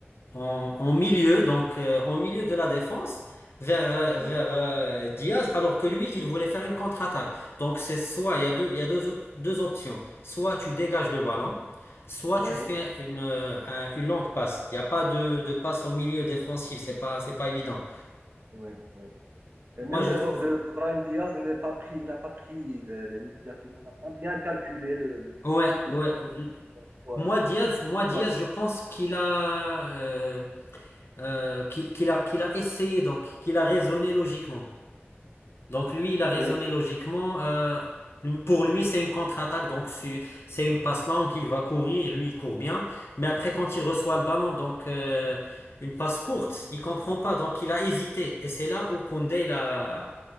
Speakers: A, on the left; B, on the right.
A: en, en milieu, donc euh, en milieu de la défense, vers, euh,
B: oui,
A: vers euh, Diaz, alors que lui, il voulait faire une contre-attaque. Donc c'est soit, il y a deux, il y a deux, o- deux options. Soit tu dégages le ballon, soit
B: oui,
A: tu fais une, euh, un- une longue passe. Il n'y a pas de, de passe au milieu défensif, c'est pas, c'est pas évident.
B: oui, oui. Et même
A: Moi, je
B: l'erreur
A: trouve...
B: de, de Brahim Diaz n'a pas pris, il n'a pas pris le- l'initiative, on n'a pas bien calculé le, le,
A: Ouais,
B: le
A: ouais.
B: bon pour,
A: Moi,
B: euh,
A: Diaz,
B: pour
A: moi,
B: pouvoir-
A: Diaz, je pense qu'il a, euh, euh, qu'il, qu'il a, qu'il a essayé, donc qu'il a raisonné logiquement. Donc lui, il a raisonné
B: Oui,
A: logiquement. euh, lui- pour lui, c'est une contre-attaque, donc su- c'est une passe longue, il va courir, lui, il court bien. Mais après, quand il reçoit le ballon, donc euh, une passe courte, il comprend pas, donc il a hésité. Et c'est là où Koundé, il a,